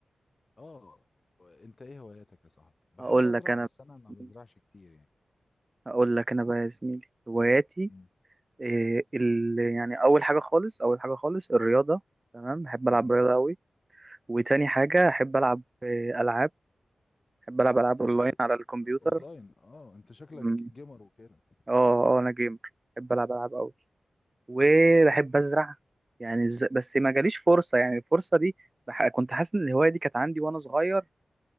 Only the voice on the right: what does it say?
هقول
لك انا
بقى
يا
زميلي
هقول لك انا بقى يا زميلي هواياتي
إيه ال... يعني اول حاجة خالص اول حاجة خالص الرياضة تمام بحب
العب رياضة قوي وتاني حاجة احب العب إيه، العاب بحب العب العاب
اونلاين
على الكمبيوتر
مم.
اه اه انا جيمر بحب العب العاب قوي وبحب ازرع يعني ز- بس ما جاليش فرصه يعني الفرصه دي بح- كنت حاسس ان الهوايه دي كانت عندي وانا صغير